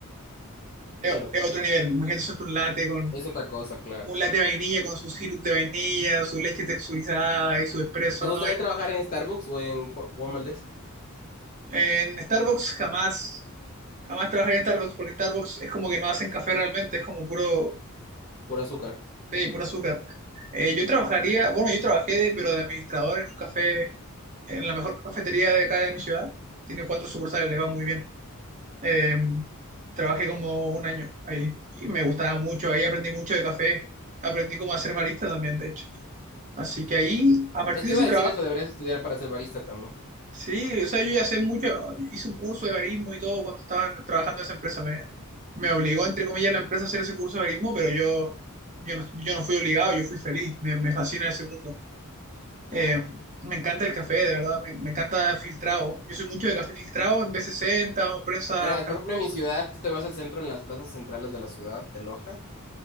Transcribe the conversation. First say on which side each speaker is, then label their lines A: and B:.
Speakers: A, on the right (about 35°); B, on the left (about 40°).
A: Es,
B: qué loco.
A: es otro nivel. Imagínate hacerte un latte con.
B: Es otra cosa, claro.
A: un latte de vainilla con su sirup de vainilla, su leche texturizada y su espresso,
B: ¿Te gustaría
A: ¿no? Y
B: trabajar en Starbucks o en Ju- Juan Valdez?
A: En Starbucks jamás, jamás trabajé en Starbucks porque Starbucks es como que no hacen café realmente, es como puro,
B: Por azúcar.
A: sí, puro azúcar. Eh, yo trabajaría, bueno, yo trabajé de, pero de administrador en un café, en la mejor cafetería de acá de mi ciudad. Tiene cuatro sucursales, le va muy bien. Eh, trabajé como un año ahí y me gustaba mucho, ahí aprendí mucho de café, aprendí cómo hacer barista también, de hecho. Así que ahí, a partir
B: Eh, Te
A: de
B: iba
A: ese
B: a decir
A: trabajo,
B: eso, deberías estudiar para ser barista también.
A: Sí, o sea, yo ya sé mucho, hice un curso de barismo y todo cuando estaba trabajando en esa empresa. Me, me obligó, entre comillas, la empresa a hacer ese curso de barismo, pero yo, yo no, yo no fui obligado, yo fui feliz, me, me fascina ese mundo. Eh,
B: Genial.
A: me encanta el café, de verdad, me, me encanta filtrado. Yo soy mucho de café filtrado en b sesenta o en prensa
B: Verás,
A: francesa.
B: por ejemplo, en mi ciudad, tú te vas al centro, en las plazas centrales de la ciudad, de Loja.